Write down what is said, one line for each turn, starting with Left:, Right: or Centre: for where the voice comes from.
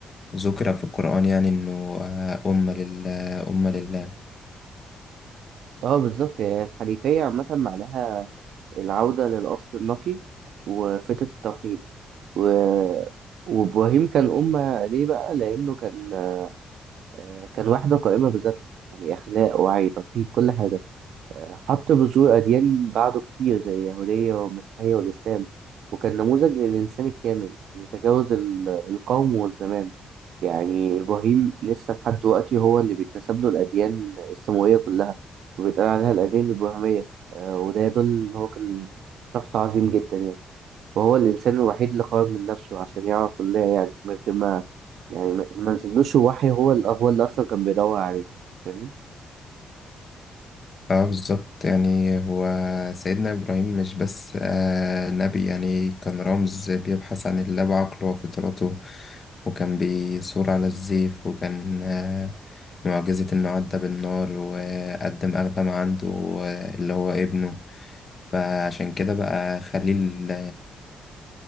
Left: ذكر في القرآن يعني إنه آه، أمة لله أمة لله
Right: اه بالظبط يعني الحنيفية عامة معناها العودة للأصل النقي وفترة التوحيد و... وإبراهيم كان أمة ليه بقى؟ لأنه كان آه، كان واحدة قائمة بذاتها يعني أخلاق وعي توحيد كل حاجة حط بذور أديان بعده كتير زي اليهودية والمسيحية والإسلام وكان نموذج للإنسان الكامل لتجاوز ال- القوم والزمان يعني إبراهيم لسه لحد دلوقتي هو اللي بيتنسب له الأديان السماوية كلها وبيتقال عليها الأديان الإبراهيمية آه، وده يدل إن هو كان شخص عظيم جدا يعني وهو الإنسان الوحيد اللي خرج من نفسه عشان يعرف الله يعني من غير ما يعني ما ما نزلوش وحي هو ال- هو اللي أصلا كان بيدور عليه فاهمني؟
Left: اه بالظبط يعني هو سيدنا إبراهيم مش بس آه نبي يعني كان رمز بيبحث عن الله بعقله وفطرته وكان بيثور على الزيف وكان آه معجزة إنه عدى بالنار وقدم أغلى ما عنده آه، اللي هو ابنه فعشان كده بقى خليل